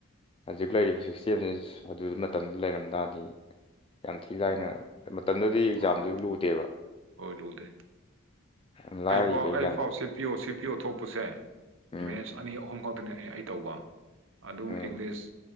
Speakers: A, on the left (about 25°); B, on the right (about 65°).
A: ꯍꯧꯖꯤꯛ ꯂꯩꯔꯤꯕ ꯁꯤꯁꯇꯦꯝꯁꯦ ꯑꯗꯨ ꯃꯇꯝꯗꯨ ꯂꯩꯔꯝ ꯇꯔꯗꯤ ꯌꯥꯝ ꯊꯤ ꯂꯥꯏꯅ
B: ꯎꯝ
A: ꯃꯇꯝꯗꯨꯗꯤ ꯑꯦꯛꯖꯥꯝꯁꯨ
B: ꯍꯣꯏ
A: ꯂꯨꯗꯦꯕ
B: ꯍꯣꯏ ꯂꯨꯗꯦ
A: ꯌꯥꯝ ꯂꯥꯏꯔꯤꯕ
B: ꯑꯩꯐꯥꯎ
A: ꯑꯦꯛꯖꯥꯝ
B: ꯑꯩ ꯄꯥꯎ ꯁꯤ ꯄꯤꯌꯨ ꯁꯤ ꯄꯤꯌꯨ‌ ꯊꯣꯛꯄꯁꯦ
A: ꯎꯝ
B: ꯃꯦꯁ ꯑꯅꯤ ꯑꯍꯨꯝ ꯈꯛꯇꯅꯦ ꯑꯩ ꯇꯧꯕ ꯑꯗꯨ
A: ꯎꯝ
B: ꯏꯪꯂꯤꯁ